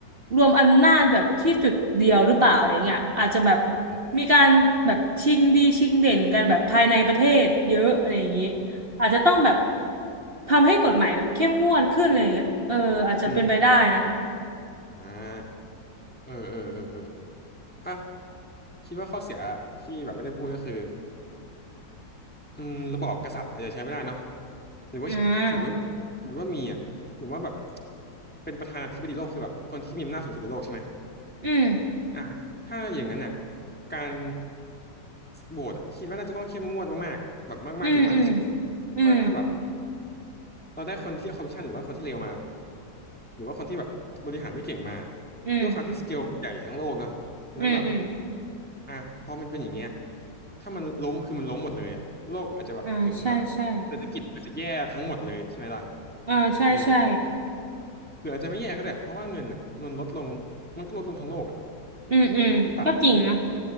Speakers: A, on the right (about 35°); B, in the centre.
A: รวมอำนาจแบบที่จุดเดียวหรือเปล่าอะไรเงี้ยอาจจะแบบ
B: อืม
A: มีการแบบชิงดีชิงเด่นกันแบบภายในประเทศเยอะอะไรอย่างนี้อาจจะต้องแบบทำให้กฎหมายแบบเข้มงวดขึ้นอะไรเงี้ยเอออาจจะเป็นไปได้นะ
B: อืมอ่าเออเออเออเอออ่ะคิดว่าข้อเสียที่แบบไม่ได้พูดก็คืออืมระบอบกษัตริย์อาจจะใช้ไม่ได้เนาะหรือว่าถ้าสมมติว่าสมมติว่ามีอ่ะหรือว่าแบบ
A: อ่า
B: เป็นประธานาธิบดีโลกคือแบบคนที่มีอำนาจสูงสุดในโลกใช่ไหม
A: อืม
B: อ่ะถ้าอย่างนั้นอ่ะการโหวตอ่ะคิดว่าน่าจะต้องเข้มงวดมากๆอ่ะแบบมากๆถึงมากที่สุด
A: อืมอืมอืม
B: ว่าถ้าแบบ เราได้คนที่คอร์รัปชันหรือว่าคนที่เลวมาหรือว่าคนที่แบบบริหารไม่เก่งมา
A: อืม
B: ด้วยความที่สเกลใหญ่ทั้งโลกเนาะแล้วแบบ
A: อืมอืม
B: อ่ะพอมันเป็นอย่างเงี้ยถ้ามันล้มคือมันล้มหมดเลยอะโลกอาจจะแบบถึงแบบเศรษฐกิจอาจจะแย่ทั้งหมดเลยใช่ไหมล่ะ
A: อ่าใช่ใช่อ่าใช่ใช่
B: เออหรืออาจจะไม่แย่ก็ได้เพราะว่าเงินอ่ะมันลดลงมันก็ลดลงทั้งโลกอ่ะ
A: อืมอืมก็จริงนะ
B: หรือเปล่า